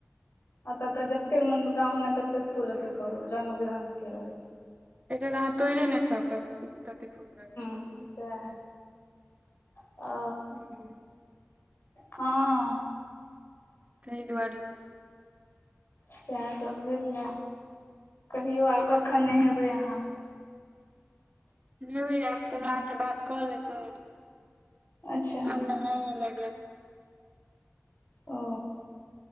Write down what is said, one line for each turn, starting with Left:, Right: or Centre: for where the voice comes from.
Left: अता ते जते मन गांव मे तते फूल अथी करू रंग-बिरंग के रहै छै।
Right: एता तऽ अहाँ तोएड़े नै सकब तते फूल रहै छै।
Left: हुं साएह। अ।
Right: हुं।
Left: हां।
Right: तै दुआरे
Left: साएह सब भेला कहियौ आब कखन नेहेबै अहाँ?
Right: नहेबै आब कहलौ अहाँ सँ बात कऽ लेतौं।
Left: अच्छा।
Right: आब नहाए लेबै।
Left: ओ।